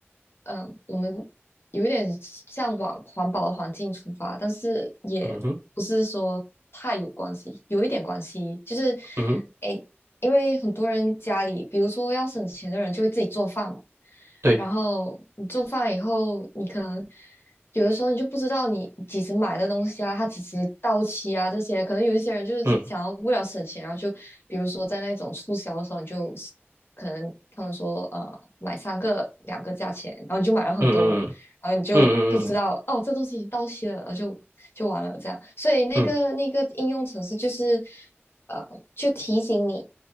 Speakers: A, on the left (about 60°); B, on the right (about 85°).
A: 嗯，呃我们有一点向往环保的环境出发，但是也不是说太有关系，
B: 嗯哼
A: 有一点关系，就是，
B: 嗯哼，
A: 诶，因为很多人家里，比如说要省钱的人就会自己做饭嘛，
B: 对，
A: 然后你做饭以后，你可能有的时候你就不知道你几时买的东西啊，它几时到期啊，这些可能有一些人就是想要为了省钱，
B: 嗯
A: 然后就比如说在那种促销的时候，你就可能他们说呃买三个两个价钱，然后你就买了很多了，
B: 嗯
A: 然后你就不知道哦这东西已经到期了，
B: 嗯嗯嗯
A: 然后就就完了这样。所以那个那个应用程式就是
B: 嗯
A: 呃就提醒你